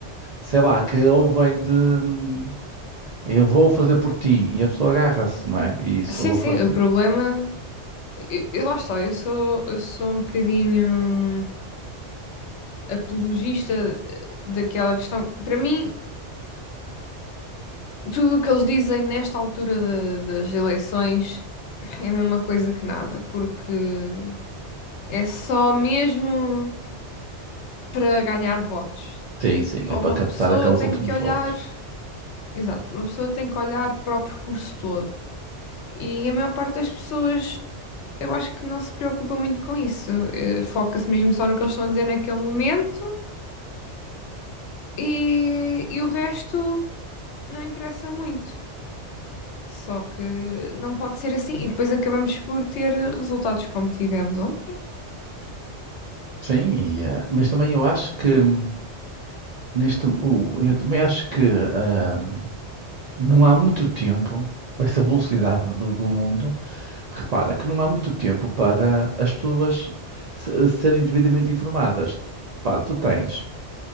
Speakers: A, on the right; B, on the left.
A: sei lá, que ou vem de, hum, eu vou fazer por ti. E a pessoa agarra-se, não é? E isso
B: Sim,
A: eu vou
B: sim,
A: fazer.
B: o problema. Eu, eu lá está, eu sou, eu sou um bocadinho apologista eh, daquela questão. Para mim, tudo o que eles dizem nesta altura da- das eleições é a mesma coisa que nada, porque é só mesmo para ganhar votos.
A: Sim, sim,
B: Ou
A: é para
B: uma
A: captar
B: pessoa
A: aqueles
B: tem
A: últimos
B: que olhar.
A: votos.
B: Exato, uma pessoa tem que olhar para o percurso todo. E a maior parte das pessoas, eu acho que não se preocupa muito com isso. Eh, Foca-se mesmo só no que eles estão a dizer naquele momento e, e o resto não interessa muito. Só que não pode ser assim. E depois acabamos por ter resultados como tivemos ontem.
A: Sim, e, eh, mas também eu acho que hum, neste, o- eu também acho que ah, não há muito tempo, com essa velocidade do, do mundo, repara que não há muito tempo para as pessoas se- serem devidamente informadas. Repara, tu tens